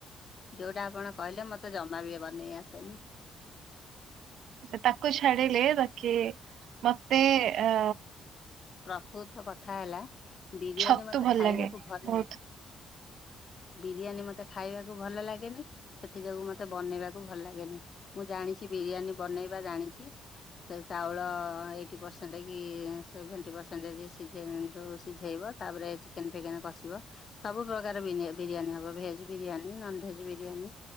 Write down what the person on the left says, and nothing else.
ଯଉଟା ଆପଣ କହିଲେ ମୋତେ ଜମା ବି ବନେଇ ଆସେନି।
ପ୍ରକୃତ କଥା ହେଲା ବିରିୟାନୀ
ମତେ
ଖାଇବାକୁ
ଭଲ
ଲା ବିରିୟାନୀ ମତେ ଖାଇବାକୁ ଭଲ ଲାଗେନି। ସେଥି ଯୋଗୁ ମତେ ବନେଇବାକୁ ଭଲ ଲାଗେନି ମୁଁ ଜାଣିଛି ବିରିୟାନୀ ବନେଇବା ଜାଣିଛି। ସେ ଚାଉଳ ଏଇଟି ପରସେଣ୍ଟ କି ସେଭେଣ୍ଟି ପରସେଣ୍ଟେଜ ସିଝେ ଯୋଉ ସିଝେଇବ ତାପରେ ଚିକେନ୍ ଫିକେନ୍ କଷିବ। ସବୁ ପ୍ରକାର ବିନି ବିରିୟାନୀ ହବ veg biryani, non veg biryani,